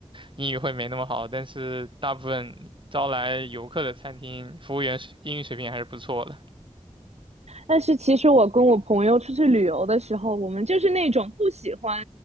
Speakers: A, on the right; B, on the right.
A: 英语会没那么好，但是大部分招来游客的餐厅，服务员水英语水平还是不错的。
B: 但是其实我跟我朋友出去旅游的时候，我们就是那种不喜欢，